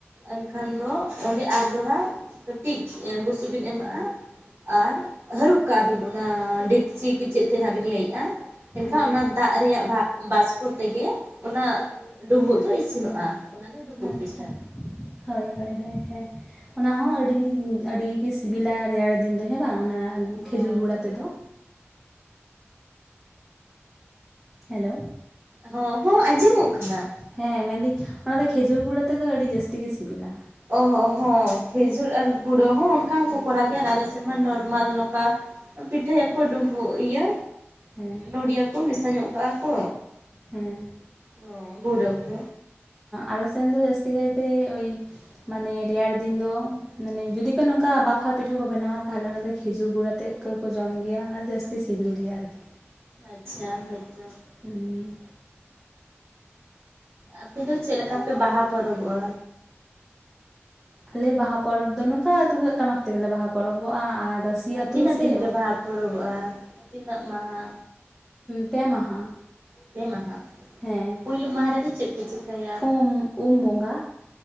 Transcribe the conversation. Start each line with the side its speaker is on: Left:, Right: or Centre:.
Right: ᱮᱱᱠᱷᱟᱱ ᱫᱚ ᱚᱸᱰᱮ ᱟᱨ ᱫᱚ ᱦᱟᱸᱜ ᱠᱟᱹᱴᱤᱡ ᱵᱩᱥᱩᱵ ᱵᱤᱱ ᱮᱢᱟᱜ-ᱟ ᱟᱨ ᱦᱟᱹᱲᱩᱵ ᱠᱟᱜ-ᱟ ᱵᱤᱱ ᱚᱱᱟ ᱰᱤᱯᱪᱤ ᱠᱤᱪᱮᱫ ᱛᱮ ᱦᱟᱸᱜ ᱵᱤᱱ ᱤᱭᱟᱹᱭᱮᱜ-ᱟ ᱮᱱᱠᱷᱟᱱ
Centre: ᱦᱮᱸ
Right: ᱚᱱᱟ ᱫᱟᱜ ᱨᱮᱭᱟᱜ ᱵᱷᱟ ᱵᱟᱥᱯᱚ ᱛᱮᱜᱮ ᱚᱱᱟ ᱰᱩᱸᱵᱩᱜ ᱫᱚ ᱤᱥᱤᱱᱚᱜ-ᱟ ᱚᱱᱟ ᱜᱮ ᱰᱩᱸᱵᱩᱜ
Centre: ᱟᱪᱪᱷᱟ
Right: ᱯᱤᱴᱷᱟᱹ
Centre: ᱦᱳᱭ ᱦᱳᱭ ᱦᱳᱭ ᱦᱮᱸ ᱚᱱᱟ ᱦᱚᱸ ᱟᱹᱰᱤ ᱜᱤ ᱟᱹᱰᱤ ᱜᱤ ᱥᱮ ᱥᱤᱵᱤᱞᱟ ᱨᱮᱭᱟᱲ ᱫᱤᱱ ᱫᱚ ᱦᱮᱸ ᱵᱟᱝ ᱚᱱᱟ
Right: ᱦᱚᱸ
Centre: ᱠᱷᱮᱡᱩᱨ ᱜᱩᱲᱟ ᱛᱮᱫ ᱫᱚ ᱦᱮᱞᱳ
Right: ᱦᱚᱸ ᱦᱚᱸ ᱟᱸᱡᱚᱢᱚᱜ ᱠᱟᱱᱟ
Centre: ᱦᱮᱸ ᱢᱮᱱᱫᱟᱹᱧ ᱚᱱᱟ ᱫᱚ ᱠᱷᱮᱡᱩᱨ ᱜᱩᱲ ᱛᱮᱫ ᱫᱚ ᱟᱹᱰᱤ ᱡᱟᱹᱥᱛᱤ ᱜᱮ ᱥᱤᱵᱤᱞᱟ
Right: ᱚ ᱦᱚᱸ ᱦᱚᱸ ᱠᱷᱮᱡᱩᱨ ᱟᱨ ᱜᱩᱲᱟᱹ ᱦᱚᱸ ᱚᱱᱠᱟ ᱦᱚᱸᱠᱚ ᱠᱚᱨᱟᱣ ᱜᱮᱭᱟ ᱟᱨ ᱟᱞᱮ ᱥᱮᱫ ᱢᱟ ᱱᱚᱨᱢᱟᱞ ᱱᱚᱝᱠᱟ ᱯᱤᱴᱷᱟᱹᱭᱟᱠᱚ ᱰᱩᱢᱵᱩᱜ ᱤᱭᱟᱹ
Centre: ᱦᱮᱸ
Right: ᱱᱚᱰᱤᱭᱟᱹ ᱠᱚ ᱢᱮᱥᱟ ᱧᱚᱜ ᱠᱟᱜᱼᱟ ᱠᱚ
Centre: ᱦᱮᱸ
Right: ᱚ ᱜᱩᱸᱰᱟ ᱠᱚ
Centre: ᱟᱞᱮᱥᱮᱱ ᱫᱚ ᱡᱟᱹᱥᱛᱤ ᱠᱟᱭᱛᱮ ᱳᱭ ᱢᱟᱱᱮ ᱨᱮᱭᱟᱲ ᱫᱤᱱ ᱫᱚ ᱢᱟᱱᱮ ᱡᱩᱫᱤ ᱠᱚ ᱱᱚᱝᱠᱟ ᱵᱟᱯᱷᱟ ᱯᱤᱴᱷᱟᱹ ᱠᱚ ᱵᱮᱱᱟᱣᱟ ᱛᱟᱦᱚᱞᱮ ᱚᱱᱟ ᱫᱚ ᱠᱷᱮᱡᱩᱨ ᱜᱩᱲ ᱟᱛᱮᱫ ᱯᱟᱹᱠᱟᱹ ᱠᱚ ᱡᱚᱢ ᱜᱮᱭᱟ ᱚᱱᱟ ᱡᱟᱹᱥᱛᱤ ᱥᱤᱵᱤᱞ ᱜᱮᱭᱟ ᱟᱨᱠᱤ
Right: ᱟᱪᱪᱷᱟ ᱦᱚᱭ ᱛᱚ
Centre: ᱦᱩᱸ
Right: ᱟᱯᱮ ᱫᱚ ᱪᱮᱫ ᱞᱮᱠᱟᱯᱮ ᱵᱟᱦᱟ ᱯᱚᱨᱚᱵᱚᱜᱼᱟ
Centre: ᱟᱞᱮ ᱵᱟᱦᱟ ᱯᱚᱨᱚᱵᱽ ᱫᱚ ᱱᱚᱝᱠᱟ ᱛᱩᱢᱫᱟᱹᱜ ᱴᱟᱢᱟᱠ ᱛᱮᱜᱮ ᱵᱟᱦᱟ ᱯᱚᱨᱚᱵᱚᱜᱼᱟ ᱟᱨ ᱨᱟᱹᱥᱤ
Right: ᱟᱨ
Centre: ᱟᱹᱛᱩ
Right: ᱛᱤᱱᱟᱹᱜ
Centre: ᱥᱮ
Right: ᱫᱤᱱ ᱯᱮ ᱵᱟᱦᱟ ᱯᱚᱨᱚᱵᱚᱜᱼᱟ ᱛᱤᱱᱟᱹᱜ ᱢᱟᱦᱟ
Centre: ᱯᱮ ᱢᱟᱦᱟ
Right: ᱯᱮ ᱢᱟᱦᱟ
Centre: ᱦᱮᱸ
Right: ᱯᱩᱭᱞᱳ ᱢᱟᱦᱟ ᱨᱮᱫᱚ ᱪᱮᱫ ᱯᱮ ᱪᱤᱠᱟᱹᱭᱟ
Centre: ᱩᱢ ᱩᱢ ᱵᱚᱸᱜᱟ